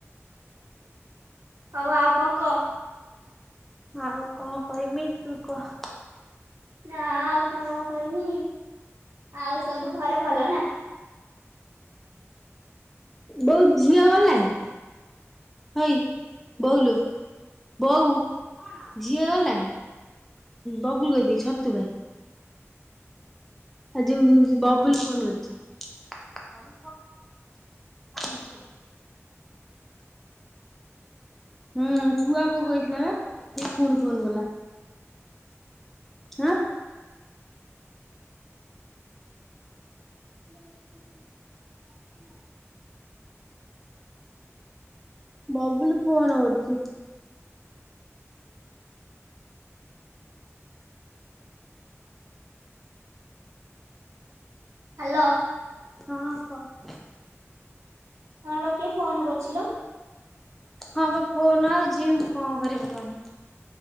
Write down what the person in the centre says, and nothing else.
ଆଉ କଣ କହିମି ତୁ କହ।
ବୋଉ ଝିଅ ଗଲାଣି? ହଇ ବୋଉଲୁ ବୋଉ ଝିଅ ଗଲାଣି? ବବୁଲ ଗଦି ଛତୁ ଭାଇ। ଆଜି ବବୁଲ ଫୋନ କରିଛି। ଣାଗ <unintelligible> ହୁଁ ଛୁଆ ବୋଉ କହିଥିଲା ବା ସେ ପୁଣି ଫୋନ କଲା। ଆଁ? ହଁ ହଁ <unintelligible> ବବୁଲୁ ଫୋନ କରୁଛି।
ହଁ କହ।
ହଁ ବା ଫୋନ ଆଇଚି କଣ କରିବି କନି